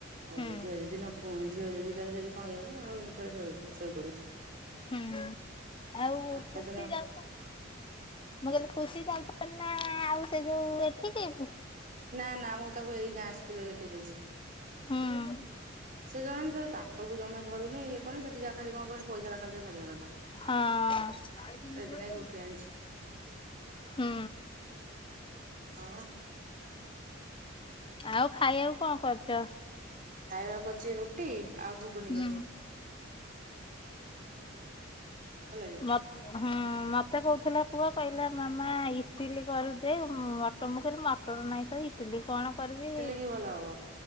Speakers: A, on the right; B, on the left.
A: ଆଉ
B: ହୁଁ
A: ଝିଅ ଯଦି ନ ପ ଝିଅ ଯଦି ତାର ଯଦି କହିଗଲା ମୁଁ ଆଉ କୁଆ ଶୋଇ ଶୋଇପଡୁଚି।
B: ହୁଁ ଆଉ
A: ସେଦିନ
B: ଖୁସି ଯାଉ ମୁଁ କହିଲି ଖୁସି ଚାଲିଚନ୍ତି ନା ଆଉ ସେ ଯୋଉ ଏଠିକି?
A: ନା ନା ମୁଁ ତାକୁ ଏଇ ଗାଁ ସ୍କୁଲରେ ଲେଖେଇ ଦେଇଚି।
B: ହୁଁ
A: ସେ ଜଣାନି ସେ ପାଠକୁ ଜମା ଧରୁନି ଇଏ କଣ କରୁନି ସେଠି ଯାହା ଖାଲି କଣ କହନି ପଇସାରା ଖାଲି ଯାହା ସାରିବା କଥା।
B: ହଁ।
A: ସେଇଥିଲାଗି ଉଠେଇ ଆଣିଛି
B: ହୁଁ।
A: ହଁପା।
B: ଆଉ ଖାଇଆକୁ କଣ କରଚ?
A: ଖାଇବାକୁ କରଚି ରୁଟି ଆଉ ଘୁଗୁନି କରଛି।
B: ହୁଁ।
A: ହେଲାକି।
B: ମ ହୁଁ ମତେ କୋହୁଥିଲେ ପୁଅ କହିଲା ମାମା ଇଟିଲି କରିଦେ ମଟମ୍ ମୁଁ କହିଲି ମ ମଟର ନାଇଁ ତ ଇଟିଲି କଣ କରିବି
A: ଲି କି ଭଲ ହବ।